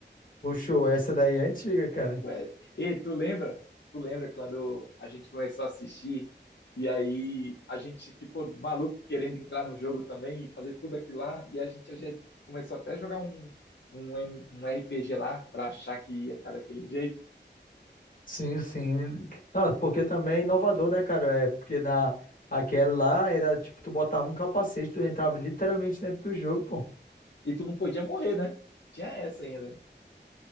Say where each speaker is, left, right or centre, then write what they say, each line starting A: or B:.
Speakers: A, on the left (about 50°); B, on the left (about 70°).
A: Puxou, essa daí é antiga, cara.
B: Ué, e tu lembra? Tu lembra quando a gente começou a assistir e aí a gente ficou maluco querendo entrar no jogo também e fazer tudo aquilo lá e a gente já começou até a jogar um um, M- um RPG lá para achar que ia ficar daquele jeito
A: Sim, sim. Não, porque também é inovador, né, cara? É porque na aquela lá era tipo, tu botava um capacete, tu entrava literalmente dentro do jogo, pô.
B: e tu não podia morrer, né? Tinha essa ainda.